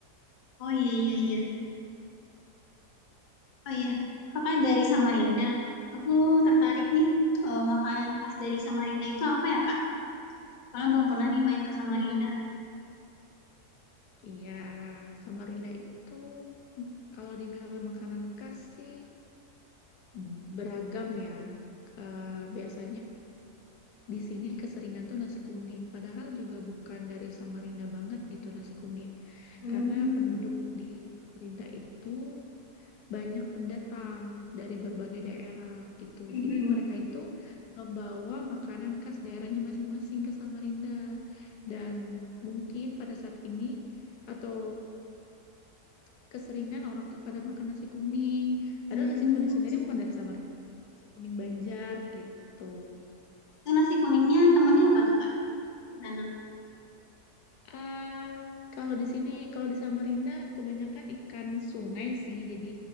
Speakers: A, on the left (about 40°); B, on the left (about 75°).
A: Oh iya iya
B: Hmm.
A: iya. Oh iya. Kakak dari Samarinda. Aku tertarik nih. eh, makanan khas dari Samarinda itu apa ya Kak? Kalau belum pernah nih main ke Samarinda.
B: Bener. Iya, Samarinda itu hmm, kalau dibilang makanan khas sih hmm, beragam ya. Eh, biasanya Di sini keseringan tuh nasi kuning, padahal juga bukan dari Samarinda banget gitu nasi kuning.
A: Hmm.
B: Karena penduduk di Samarinda itu banyak pendatang dari berbagai daerah gitu.
A: Mhm.
B: Jadi mereka itu membawa makanan khas daerahnya masing-masing ke Samarinda. Dan mungkin pada saat ini atau <laughs> keseringan orang tuh pada makan nasi kuning. Padahal
A: Hmm,
B: nasi kuning sendiri bukan dari Samarinda. Nasi kuning Banjar gitu.
A: itu nasi kuningnya temennya apa tuh Kak di sana?
B: Ah, kalau di sini, kalau di Samarinda, kebanyakan ikan sungai sih. Jadi